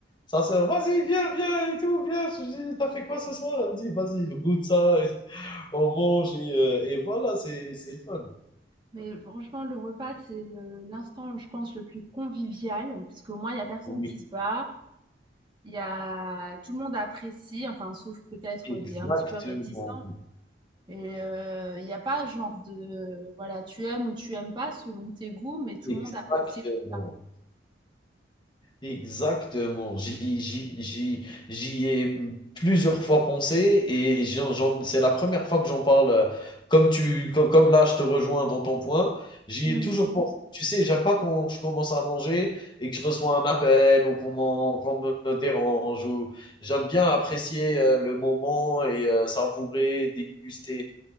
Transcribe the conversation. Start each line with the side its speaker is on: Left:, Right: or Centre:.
Left: sa sœur, vas-y, viens, viens et tout, viens. Je lui dis, t'as fait quoi ce soir? Elle me dit, vas-y, goûte ça on mange et, euh, et voilà, c'est c'est le fun.
Right: Mais franchement, le repas, c'est le- l'instant, je pense, le plus convivial, parce qu'au moins, il n'y a personne
Left: Oui,
Right: qui se bat, il y a, tout le monde apprécie, enfin, sauf peut-être
Left: exactement.
Right: des un petit peu réticents. Et euh, il n'y a pas genre de, voilà, tu aimes ou tu aimes pas selon tes goûts, mais tout
Left: Exactement.
Right: le monde apprécie le repas.
Left: Exactement. J'y, j'y, j'y, j'y ai plusieurs fois pensé et j'en- j'en- c'est la première fois que j'en parle. euh, Comme tu, co- comme, là, je te rejoins dans ton point. J'y
Right: Mm.
Left: ai toujours pensé. Tu sais, j'aime pas quand je commence à manger et que je reçois un appel ou qu'on m'en- qu'on me dérange ou j'aime bien apprécier euh, le moment et euh, savourer, déguster